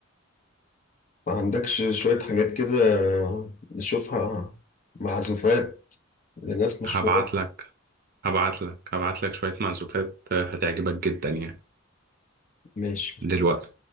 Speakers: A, on the left (about 40°); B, on the right (about 45°).
A: ما عندكش شوية حاجات كده نشوفها معزوفات لناس مشهورة
B: هبعت لك هبعت لك هبعت لك شوية معزوفات آه، هتعجبك جدا يعني
A: ماشي بس
B: دلوقتي